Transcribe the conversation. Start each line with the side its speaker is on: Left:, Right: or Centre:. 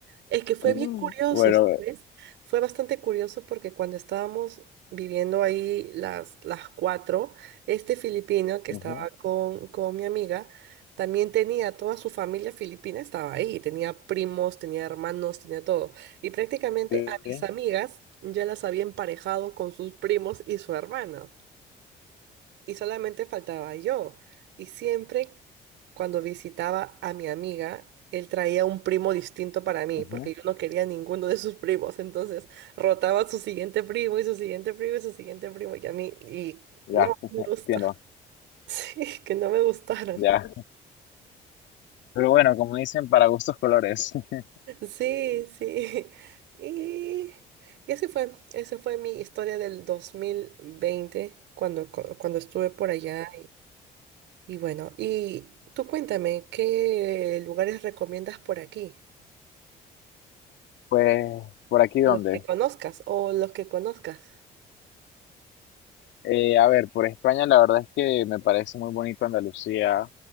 Right: Es que fue
Left: Mm.
Right: bien curioso,
Left: Bueno,
Right: ¿sabes? Fue bastante curioso porque cuando estábamos viviendo ahí las, las cuatro, este filipino que
Left: ujú,
Right: estaba con, con mi amiga, también tenía toda su familia filipina, estaba ahí, tenía primos, tenía hermanos, tenía todo. Y prácticamente
Left: sí,
Right: a mis amigas ya las había emparejado con sus primos y su hermano y solamente faltaba yo. Y siempre cuando visitaba a mi amiga, él traía un primo distinto para mí,
Left: ujú,
Right: porque yo no quería ninguno de sus primos. Entonces rotaba su siguiente primo y su siguiente primo y su siguiente primo. Y a mí, y
Left: ya,
Right: no me gusta.
Left: entiendo,
Right: <laughs> Sí, que no me gustaron.
Left: ya. Pero bueno, como dicen, para gustos colores. <laughs>
Right: Sí, sí. Y, y así fue. Esa fue mi historia del 2020, cuando, cu- cuando estuve por allá Y bueno, y tú cuéntame, ¿qué lugares recomiendas por aquí?
Left: Pues, ¿por aquí dónde?
Right: Los que conozcas o los que conozcas.
Left: Eh, a ver, por España la verdad es que me parece muy bonito Andalucía,